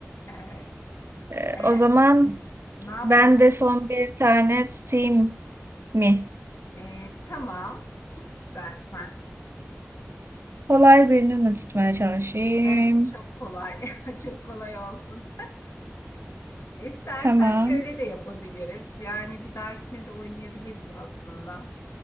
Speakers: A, on the left; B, on the right.
A: Evet.
B: Ee,
A: E,
B: o zaman
A: ne yapalım?
B: ben de son bir tane tutayım mı?
A: E, tamam, tut istersen.
B: Kolay birini mi tutmaya çalışayım?
A: Evet, çok kolay. <laughs> Çok kolay olsun. İstersen
B: Tamam.
A: şöyle de yapabiliriz. Yani bir dahakine de oynayabiliriz aslında.